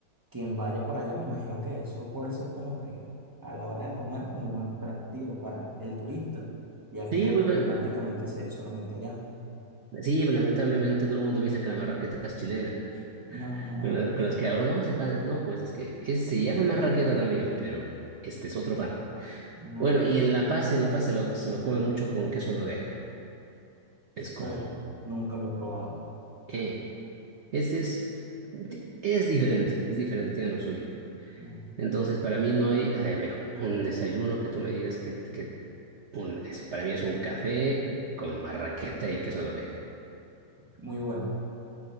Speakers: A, on the right (about 30°); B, on the right (about 60°).
A: quien vaya por allá, me imagino que eso puede ser como que a la hora de comer como un atractivo para el turista, ya
B: Sí,
A: que es algo
B: pues, bueno,
A: que prácticamente se ve solamente allá.
B: sí, lamentablemente todo el mundo piensa que la marraqueta es chilena.
A: No, no,
B: Con la- con los que hablo, no, ese pan es, no, pues es que es- se llama marraqueta también, pero este es otro pan.
A: no,
B: Bueno, y en La Paz, en La Paz se lo, se lo come mucho con queso de oveja. Es como,
A: vale, nunca lo he probado.
B: eh, Este es, es diferente, es diferente, tiene lo suyo.
A: No,
B: Entonces, para mí no hay, o sea, mejor, un desayuno que tú me digas que, que un- es- para mí es un café con marraqueta y queso de oveja.
A: Muy bueno.